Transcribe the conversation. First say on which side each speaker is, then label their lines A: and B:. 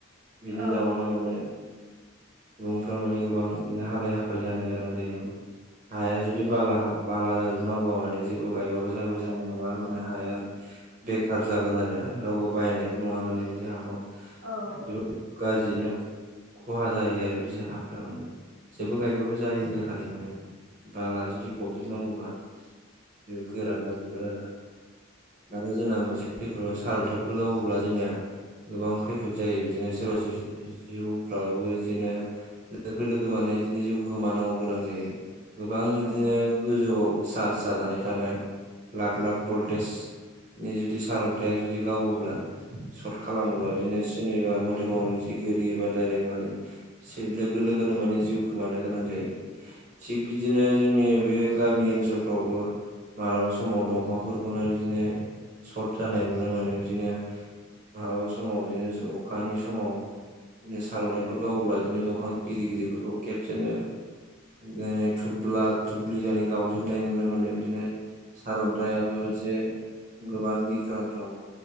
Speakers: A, on the right; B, on the right.
A: बिनि
B: औ
A: जाउनावनो माने सुबुंफ्रा माने गोबां बिदिनो हालाय हाफाय जानो गोनां जायो। हाया जुदि बाला हा बाला जाजोब नांगौबा माने जेबो गायबाबो जेबो जानाय नंला माने हाया बेखार जागोन आरो रावबो बायनायबो नङा माने बिदि हाखौ
B: औ औ
A: जोबो द गाज्रियैनो खहा जायो आरो बिदि हाफ्रा मे जेबो गायबाबो जायि जाखायो माने बालाआ जुदि फबजोबनांगौबा जे गोरान जाजोबगोन आरो। आरो जोंना मोनसे खैफोदाव सारअन्थाइफोर गावोब्ला जोंनिया गोबां खैफोद जायो बिदिनो सोरबा। जि-जि-जिउफ्राबो बिदिनो लोगो लोगो मानाय बिदिनो जिउखौ मानांगौ गोनां जायो। गोबां बिदिनो
B: औ
A: गोजौआव चार्ज जानानै थानाय लाख लाख बल्ट टेज नि जुदि सारन्थाय जुदि गावोब्ला सर्ट खालामोबा
B: औ
A: बिदिनो सोरनिबा मो दोरोमाव जि गोलिबा डायरेक्ट माने लोगो लोगोनो माने जिउ खोमानो गोनां जायो। थिग बिदिनो जोंनि बे गामि ओनसोलफ्रावबो मालाबा समाव दंफां फोरखौनो बिदिनो सर्ट जानाय नुनो मोनो बिदिनो। मालाबा समाव ज अखानि समाव। बिदिनो सारन्थाइफोर गावोब्ला बिदिनो दंफां गिदिर गिदिरफोरखौ खेबसेनो। बिनो थुब्ला थुब्लि जानाय गावजोबनाय नुनो मोनो बिदिनो सारन्थाइ मोनसे गोबां गिख्रांथाव।